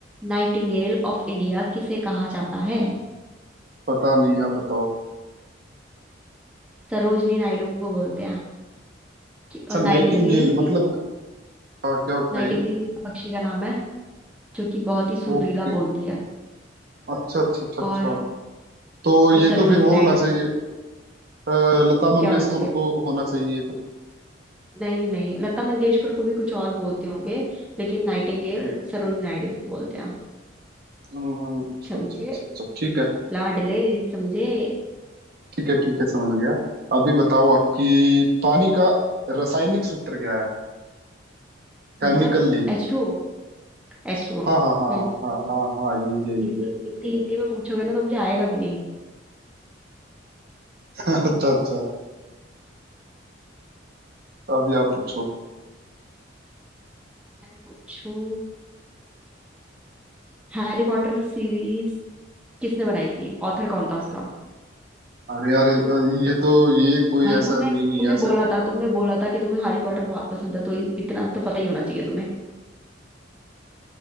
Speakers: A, in the centre; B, on the right.
A: nightingale of India किसे कहा जाता है
B: पता नहीं आप बताओ
A: सरोजनी नायडू को बोलते हैं कि-
B: अच्छा
A: और
B: नाइटिंगेल
A: नाइटिंगेल
B: मतलब
A: एक
B: हाँ क्या होता
A: नाइटिंगेल
B: है ये
A: एक पक्षी का नाम है जो कि बहुत ही सुरीला
B: ओके
A: बोलती है
B: अच्छा अच्छा अच्छा अच्छा
A: और
B: तो ये
A: तो सरोजनी
B: तो फिर वो
A: नायडू
B: होना चाहिए अ, लता मंगेशकर
A: क्या होना चाहिए
B: को होना चाहिए ये तो
A: नहीं नहीं लता मंगेशकर को भी कुछ और बोलते होंगे लेकिन नाइटिंगेल सरोजनी नायडू को बोलते हैं
B: अम्म, अच्छा
A: समझे
B: अच्छा अच्छा अच्छा ठीक है
A: लाडले समझे
B: ठीक है ठीक है समझ गया अभी बताओ आपकी पानी का रासायनिक सूत्र क्या है Chemical
A: मतलब
B: name
A: H two O, H two O.
B: हाँ
A: हम्म
B: हाँ हाँ हाँ हाँ हाँ यही यही
A: इतनी
B: है
A: इतनी हिंदी में पूछोगे ना तो मुझे आएगा भी नहीं
B: <laughs> अच्छा अच्छा अभी आप पूछो
A: मैं पूछूं हैरी पॉटर सीरीज किसने बनाई थी ऑथर कौन था उसका
B: अरे यार ये ये तो ये कोई
A: भाई
B: ऐसा
A: तुमने
B: नहीं नहीं
A: तुमने
B: ऐसे
A: बोला था तुमने बोला था कि तुम्हें हैरी पॉटर बहुत पसंद है तो इ- इतना तो पता ही होना चाहिए तुम्हें